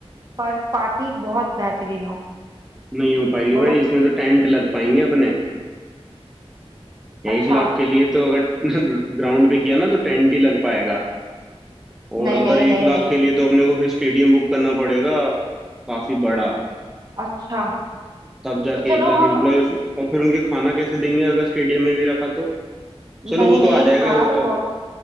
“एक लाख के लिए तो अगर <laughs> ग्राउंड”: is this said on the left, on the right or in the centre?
Centre